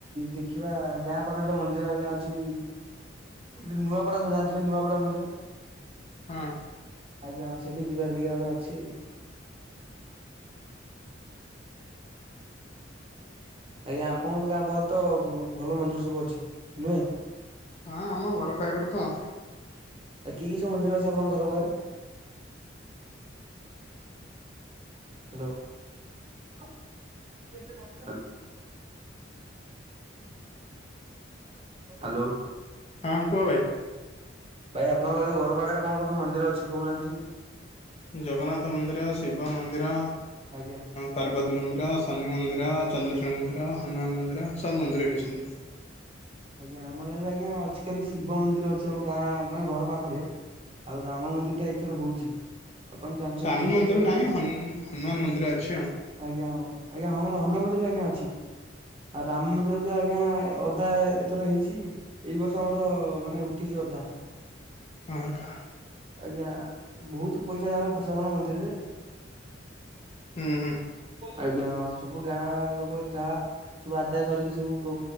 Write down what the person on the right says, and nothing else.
ଦେଖିବା ଗାଁ ପାଖରେ ଗୋଟେ ଆଜ୍ଞା ଅଛି ଜ ନୂଆପଡ଼ା ସବୁ ଜାଣିଥିବେ ନୂଆପଡ଼ା ମନ୍ଦିର
ଆଜ୍ଞା ହଁ ସେଠି ଯିବାର ଦେଖ ଗୋଟେ ଅ ଅଛି। ଆଜ୍ଞା ଆପଣଙ୍କ ଗାଁ ପାଖରେ ତ ଭଲ ମନ୍ଦିର ସବୁ ଅଛି ନୁହେଁ
ଆ କି କି ସବୁ ମନ୍ଦିର ଅଛି ଆପଣଙ୍କ ଘର ପାଖରେ ହାଲୋ। ହାଲୋ। ହାଲୋ।
ଭାଇ ଆପଣଙ୍କ ଯୋଉ ଘର ପାଖରେ କଣ କଣ ମନ୍ଦିର ଅଛି କହୁନାହାନ୍ତି ଟିକେ?
ଆଜ୍ଞା
ଆଜ୍ଞା ଆମ ଗାଁରେ ଆଜ୍ଞା ଆଜିକାଲି ଶିବ ମନ୍ଦିର ଅଛି। ଆମ ଗାଁ ମାନେ ଘର ପାଖରେ ଆଉ ରାମ ମନ୍ଦିର ଟା ଏଇଥର ହୋଉଛି। ଆପଣ ଜାଣିଚନ୍ତି
ତ କେତେ
କ
ଆଜ୍ଞା ହଁ ଆଜ୍ଞା ହଁ ମାନ ହନୁମାନ ନ୍ଦିର ଆଜ୍ଞା ଅଛି ଆଉ ରାମ ମନ୍ଦିର ତ ଆଜ୍ଞା ଅଧା ଥର ହେଇଛି ଏଇ ବର୍ଷ ଆମର ମାନେ ଉଠି ଅଧା
ଆଜ୍ଞା। ବହୁତ ପଇସା ଯାନ ଖର୍ଚ୍ଚ ହବନା ମନ୍ଦିରରେ।
ଆଜ୍ଞା ହଁ ସବୁ ଗାଁ ଲୋକ ଯାହା ସବୁ ଆଦାୟ କରିକି ସବୁ କ